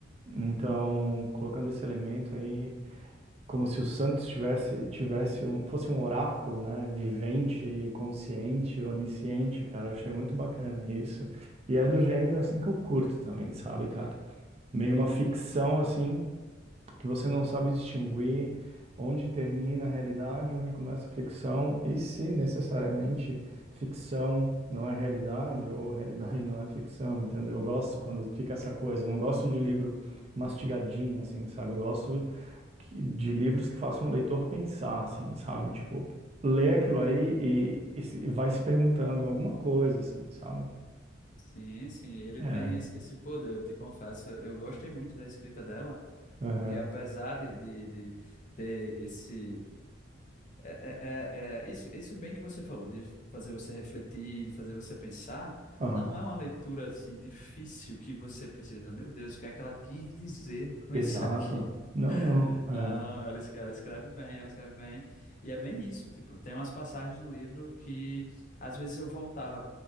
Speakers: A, on the right; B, on the left.
A: então, colocando esse elemento aí como se o Santos tivesse, tivesse um, fosse um oráculo, né? Vivente, e consciente, onisciente, cara. Eu achei muito bacana isso. E é do gênero assim que eu curto também, sabe, cara? Meio uma ficção assim que você não sabe distinguir onde termina a realidade, onde começa a ficção e se necessariamente ficção não é realidade ou realidade não é ficção, entendeu? Eu gosto quando fica essa coisa. Eu não gosto de livro mastigadinho, assim, sabe? Eu gosto que- de livros que façam o leitor pensar, assim, sabe? Tipo, lê aquilo ali e, e se- e vai se perguntando alguma coisa, assim, sabe?
B: Sim, sim, ele
A: É.
B: tem esse esse poder, eu te confesso. Eu gostei muito da escrita dela.
A: Aham.
B: Porque apesar de, de, de ter esse. É, é, é, é- isso, isso bem que você falou, de fazer você refletir, de fazer você pensar,
A: Aham.
B: não é uma leitura assim difícil que você precisa. Meu Deus, o que é que ela quis dizer <laughs> com
A: Exato.
B: isso aqui?
A: Não, não.
B: Não,
A: É.
B: ela, es- ela escreve bem, ela escreve bem. E é bem isso, tipo, tem umas passagens no livro que às vezes eu voltava.